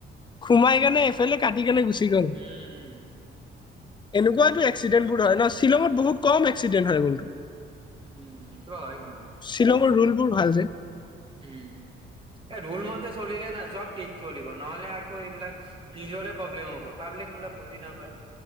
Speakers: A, on the left (about 25°); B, on the right (about 25°).
A: সোমাই কেনে এফালে কাটি কেনে গুচি গ'ল।
B: উম
A: এনেকুৱোতো এক্সিডেণ্ট বোৰ হয় ন' শ্বিলঙত বহুত কম এক্সিডেণ্ট হয় <unintelligible>
B: উম সেইটো হয় কিন্তু,
A: শ্বিলঙৰ ৰুলবোৰ ভাল যে
B: ‌উম। এ ৰুল মতে চলিলে না চব ঠিক চলিব নহলে আকৌ এইবিলাক নিজৰে প্ৰব্লেম হ'ব কাৰ বেলেগ বিলাক বুজি নাপায়।